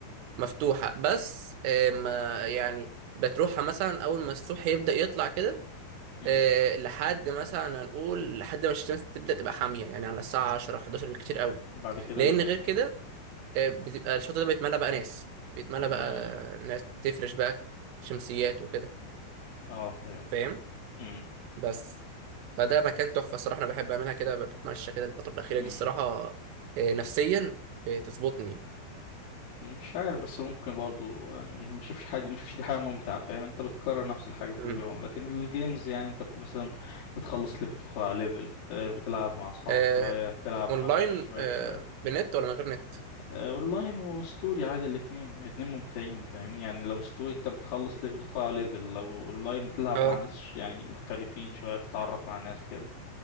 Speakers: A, on the right (about 80°); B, on the left (about 70°).
A: مفتوحة بس آه، ما يعني بتروحها مثلا أول ما الصبح يبدأ يطلع كده
B: امم
A: آه، لحد مثلا هنقول لحد ما الشمس تبدأ تبقى حامية يعني على الساعة 10 11 بالكتير قوي
B: بعد كده
A: لأن
B: اللي بيحصل
A: غير كده آه، بتبقى الشاطئ ده بيتملى بقى ناس بيتملى
B: امم
A: بقى ناس بتفرش بقى شمسيات وكده
B: اه فهمت
A: فاهم
B: امم
A: بس فده مكان تحفة الصراحة أنا بحب أعملها كده بتمشى كده الفترة الأخيرة
B: امم
A: دي الصراحة آه، نفسيا بتظبطني
B: مش عارف بس ممكن برضو يعني ما نشوفش حاجة ما نشوفش دي حاجة ممتعة فاهم انت بتكرر نفس الحاجة كل
A: مم.
B: يوم لكن الجيمز يعني انت كو- مثلا بتخلص ليفل بتدخل على ليفل آه، بتلعب مع اصحابك
A: آه
B: شوية بتلعب
A: أونلاين
B: مع شوية
A: آه
B: شوية
A: بنت ولا من غير نت؟
B: آه، اونلاين وستوري عادي الاتنين الاتنين ممتعين فاهمني يعني لو ستوري انت بتخلص ليفل وتطلع ليفل لو اونلاين بتلعب
A: أه
B: مع ناس يعني مختلفين شوية تتعرف على ناس كده